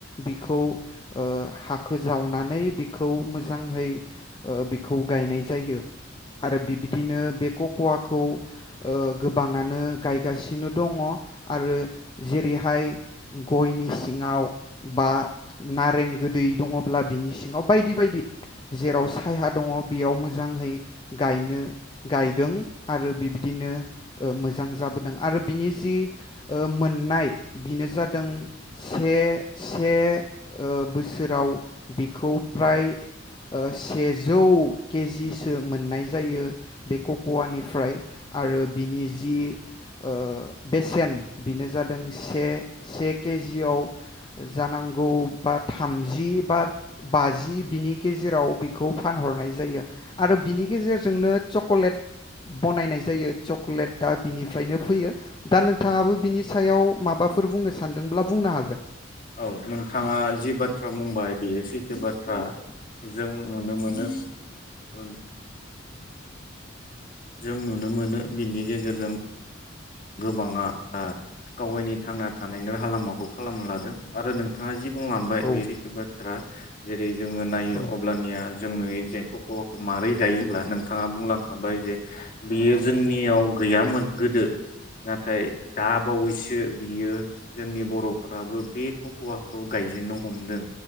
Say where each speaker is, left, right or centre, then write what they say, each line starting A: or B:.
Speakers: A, on the left (about 25°); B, on the left (about 45°).
A: बिखौ ओ हाखो जावनानै बिखौ मोजाङै ओ बिखौ गायनाय जायो। आरो बिबदिनो बेखौ खवाखौ ओ गोबाङानो गायगासिनो दङ आरो जेरै आथाय गयनि सिङाव बा नारें गोदै दङब्ला बिनि सिङाव बायदि बायदि जेराव सायहा दङ बेयाव मोजांहै गायनो गायदों आरो बिब्दिनो ओ मोजां जाबोदों आरो बिनि जि ओ मोन नाय बिनो जादों से से ओ बोसोराव बिखौ फ्राय ओ सेजौ केजिसो मोन्नाय जायो। बेखौ कवानिफ्राय आरो बिनि जि ओ बेसेन बेनो जादों से सेक केजियाव जानांगौ बा थामजि बा बाजि बिनि गेजेराव बिखौ फानहरनाय जायो। आरो बिनि गेजेरजोंनो चकलेट बनायनाय जायो। चकलेटआ बिनिफ्रायनो फैयो दा नोंथाङाबो बिनि सायाव माबाफोर बुंनो सानदोंब्ला बुंनो हागोन।
B: औ नोंथाङा जि बाथ्रा बुंबाय बेयो सैथो बाथ्रा जों नुनो मोनो जों नुनो मोनो बिनि गेजेरजों गोबाङा ओ गावगायनि थांना थानायनि राहा लामाखौ खालामना लादों आरो नोंथाङा जि बुंलांबाय
A: औ
B: बे सैथो बाथ्रा जेरै जोङो
A: बाथ्रा
B: नायो अब्लानिया जों नुयो जेन कक मारै दायोहोनब्ला नों नोंथाङा बुंलांखाबाय जे बियो जोंनियाव गैयामोन गोदो नाथाय दाबावैसो बियो जोंनि बर'फ्राबो बे ककवाखौ गायजेनो हमदों